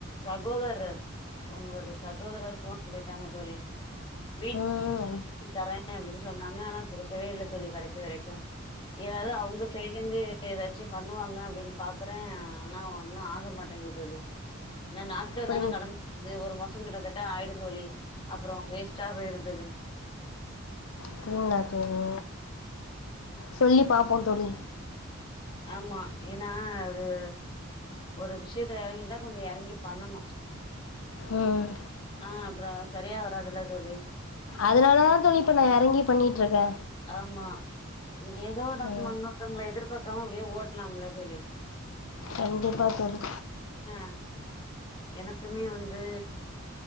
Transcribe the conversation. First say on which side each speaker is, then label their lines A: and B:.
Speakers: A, on the left; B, on the left.
A: சகோதரர் உங்களுடைய சகோதரர் போட்டுகு போயிட்டாங்க தோழி வீட்டு
B: ம் ம்
A: தரேன் சொன்னாங்க ஆனா கொடுக்கவே இல்லை கடைசி வரைக்கு ஏதாவது அவங்க சைடல இருந்து ஏதாச்சு பண்ணுவாங்க அப்டின்னு பாக்குறே ஆனா ஒன்னும் ஆக மாட்டேங்குது தோழி என்னா நாட்கள்
B: அப்படிங்
A: தானே கடந்து போது ஒரு மாசம் கிட்டத்தட்ட ஆயிடு தோழி அப்பற வேஸ்ட்டா போயிரும் தோழி.
B: அப்டிங்களா தோழி சொல்லி பாப்போம் தோழி
A: ஆம்மா ஏன்னா அது ஒரு விஷயத்தல இறங்கிட்டா கொஞ்சோ இறங்கி பண்ணணு
B: ம்
A: ஆ அப்பற சரியா வராதுல தோழி
B: அதனால தா தோழிஇப்ப நா இறங்கி பண்ணிட்டு இருக்கே
A: ஆமா ஏதோ நம்ம
B: ம்
A: இன்னொருத்தவங்களை எதிர்பார்க்காம அப்டியே ஓட்டலாம்ல தோழி
B: கண்டிப்பா தோழி
A: ஆ எனக்குமே வந்து